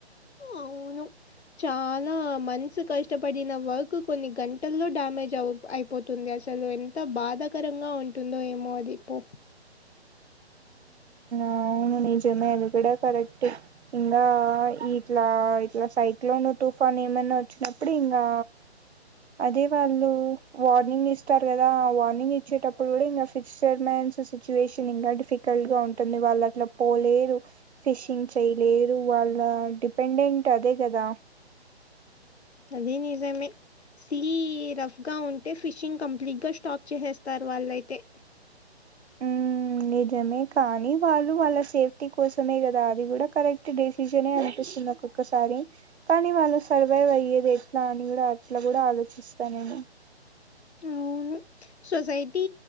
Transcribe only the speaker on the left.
అవును చాలా మనసు కష్టపడిన వర్క్, కొన్ని గంటల్లో డ్యామేజ్ అవ్ అయిపోతుంది అసలు, ఎంత బాధాకరంగా ఉంటుందో ఏమో అది పో.
అది నిజమే సీ రఫ్గా ఉంటే ఫిషింగ్ కంప్లీట్ గా స్టాప్ చేసేస్తారు వాళ్ళైతే
అవును సొసైటీ